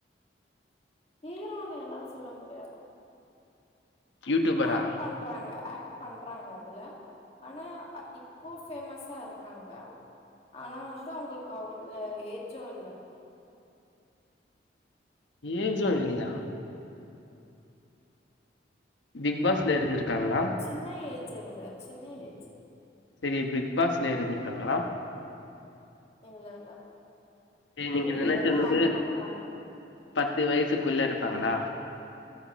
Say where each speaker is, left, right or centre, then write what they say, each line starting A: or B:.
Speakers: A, on the left; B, on the left.
A: ஹீரோனி எல்லா சொல்ல முடியாது
B: யூடியூபரா
A: அக்ட் பண்றாங்க அக்ட் பண்றாங்க அதுல ஆனா அ இப்போ ஃபேமஸா இருக்காங்க ஆனா வந்து அவங்கக்கு அவரு ஏஜு இல்ல
B: ஏஜோ இல்லயா பிக்
A: ம்
B: பாஸ்ல இருந்திருக்காங்களா
A: சின்ன ஏஜ்ங்க சின்ன ஏஜ்
B: செரி பிக்பாஸ்ல இருந்திருக்காங்களா
A: இல்ல இல்ல
B: செரி
A: மூவில
B: நீங்க நெனச்சது
A: தா அக்ட் பண்றாங்க
B: பத்து வயசுக்குள்ள இருப்பாங்களா